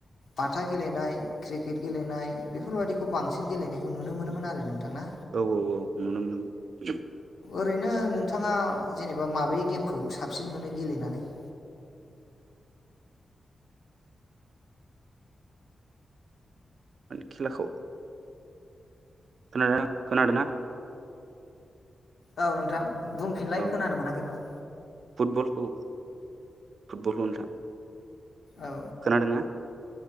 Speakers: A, on the left; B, on the right.
A: बाथा गेलेनाय क्रिकेट गेलेनाय बेफोरबायदिखौ बांसिन गेलेनायखौ नुनो मोनोमोन आरो नोंथां ना।
B: औ औ औ नुनो मोनोमोन।
A: ओरैनो नोंथाङा जेनेबा माबे गेमखौ साबसिन मोनो गेलेनानै? <inaudible>
B: खेलाखौ? ओ खोनादोंना?
A: औ नोंथां बुंफिनलाय
B: औ
A: खोनानो मोनाखैमोन।
B: फुटबलखौ फुटबलखौ नोंथां।
A: औ
B: खोनादोंना?